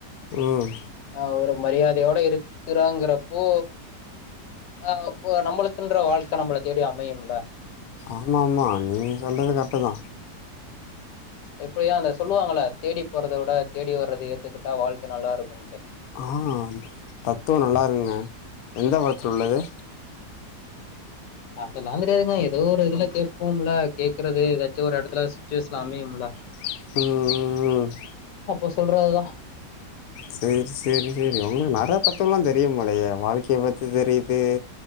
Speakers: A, on the left; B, on the left.
A: ம்
B: ஆ ஒரு மரியாதையோட இருக்குறாங்கிறப்போ ஆ அப்போ நம்மளுக்குன்ற வாழ்க்கை நம்மளை தேடி அமையுமுல்ல
A: ஆமா ஆமா நீங் சொல்றது கர்ட்டு தா
B: எப்பயு அந்த சொல்லுவாங்கள தேடி போறதை விட தேடி வர்றத ஏத்துக்கிட்டா வாழ்க்க நல்லா இருக்குன்ட்டு
A: ஆ தத்துவ நல்லா இருக்குங்க எந்த படத்தில உள்ளது
B: அதெல்லா கெட்யாதுங்க ஏதோ ஒரு இதுல கேப்போம்ல கே க்கிறது ஏதாச்சு ஒரு எடத்துல சுட்டுவேஷன் அமையும்
A: ம் ம் ம்
B: அப்போ சொல்றதுதா
A: செரி செரி செரி உங்களுக்கு நெறைய தத்துவல்லா தெரியும்போலையே வாழ்க்கையை பத்தி தெரியிது